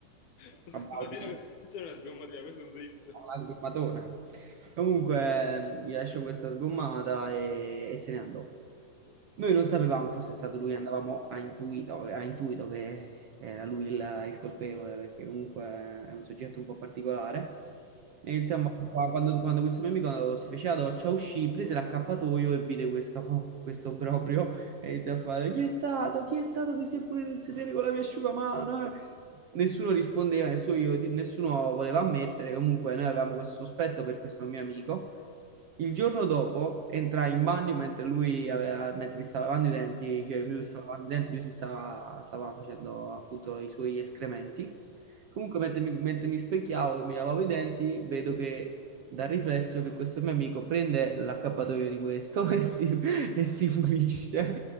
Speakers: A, on the left (about 65°); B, on the right (about 65°).
A: <laughs> La
B: a
A: sgombatina-
B: baldino.
A: questa non è una sgombatina, questo è un drift.
B: Una sgommatona. Comunque, ehm, gli lascio questa sgommata e, e se ne andò. Noi non sapevamo fosse stato lui, andavamo a intuito, a intuito che era lui il, il colpevole, perché comunque è un soggetto un po' particolare. E iniziamo qua, quando, quando questo mio amico si fece la doccia, uscì, prese l'accappatoio e vide questo, <laughs> questo obbrobrio e iniziò a fare: Chi è stato? Chi è stato che si è pulito il sedere con la mia asciugamano? eh?" Nessuno rispondeva, nessuno, io- nessuno voleva ammettere. Comunque, noi avevamo questo sospetto per questo mio amico. Il giorno dopo entrai in bagno mentre lui aveva, mentre mi stava lavando i denti, cioè
A: Eh,
B: io mi stavo lavando i denti, lui si stava, stava facendo appunto i suoi escrementi.
A: ok.
B: Comunque, mentre mi, mentre mi specchiavo e mi lavavo i denti, vedo che dal riflesso che questo mio amico prende l'accappatoio di questo <laughs> e si, e si pulisce.